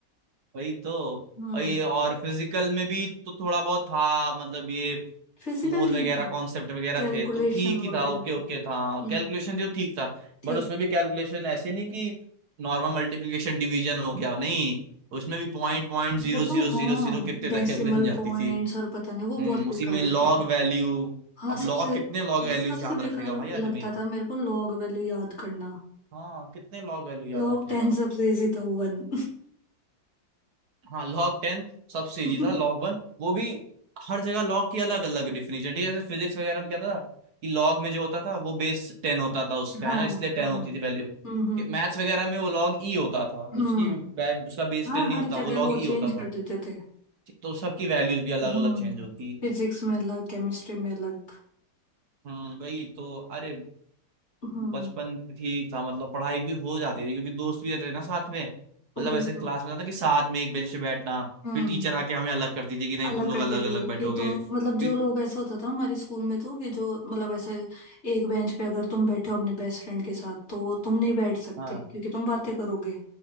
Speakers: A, on the right; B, on the left.
A: वही तो
B: हम्म
A: और ये और फिजिकल में भी तो थोड़ा बहुत था मतलब ये
B: फिजिकल
A: मोल
B: ठीक
A: वगैरह
B: था
A: कॉन्सेप्ट वगैरह
B: कैलकुलेशन
A: थे तो ठीक ही
B: वगैरह
A: था ओके
B: थी
A: ओके था
B: हम्म
A: कैलकुलेशन थी वो ठीक था
B: ठीक
A: बट उसमें
B: है
A: भी कैलकुलेशन ऐसे नहीं कि नॉर्मल मल्टीप्लिकेशन डिवीजन हो गया नहीं उसमें भी point point zero
B: वो
A: zero
B: तो
A: zero
B: हाँ
A: zero कितने
B: डेसिमल
A: तक कैलकुलेशन जाती
B: पॉइंट्स
A: थी
B: और पता नहीं वो
A: हम्म
B: बहुत बेकार
A: उसी में
B: लगते
A: लॉग
B: थे
A: वैल्यू
B: हाँ
A: अब लॉग
B: सबसे
A: कितने लॉग वैल्यूज
B: सबसे
A: याद
B: बेकार
A: रखेगा भाई
B: लगता
A: आदमी
B: था मेरे को लॉग वैल्यू याद करना
A: हाँ कितने लॉग वैल्यू याद
B: लॉग
A: रखेगा
B: टेन सबसे इजी था वन
A: हाँ लॉग टेन सबसे
B: <laughs>
A: इजी था लॉग वन वो भी हर जगह लॉग की अलग अलग डिफिनेशन ठीक है जैसे फिजिक्स वगैरह में क्या था कि लॉग में जो होता था वो बेस टेन होता था उसका
B: हाँ
A: है ना इसलिए टेन
B: हाँ
A: होती थी वैल्यू
B: हम्म हम्म
A: मैथ्स वगैरह में वो लॉग ई होता था
B: हम्म
A: उसकी बै- उसका बेस
B: हाँ
A: टेन नहीं
B: हर
A: होता
B: जगह
A: वो लॉग
B: वो
A: ई होता
B: चेंज कर
A: था
B: देते थे
A: तो सबकी वैल्यूज भी अलग
B: हम्म
A: अलग चेंज होती
B: फिजिक्स में अलग केमिस्ट्री में अलग
A: हम्म वही तो अरे
B: हम्म
A: बचपन ठीक था मतलब पढ़ाई भी हो जाती थी क्योंकि दोस्त भी रहते थे ना साथ में मतलब
B: वही
A: ऐसे
B: तो
A: क्लास में था ना कि साथ में एक बेंच पे बैठना
B: हम्म
A: फिर टीचर आके हमें अलग करती थी कि नहीं
B: अलग
A: तुम लोग
B: करती
A: अलग
B: थी
A: अलग बैठोगे
B: कि तुम मतलब जो
A: फिर
B: लोग ऐसा होता था हमारे स्कूल में तो कि जो मतलब ऐसे एक बेंच पे अगर तुम बैठे हो अपने बेस्ट फ्रेंड के साथ तो तुम नहीं बैठ सकते
A: हाँ
B: क्योंकि तुम बातें करोगे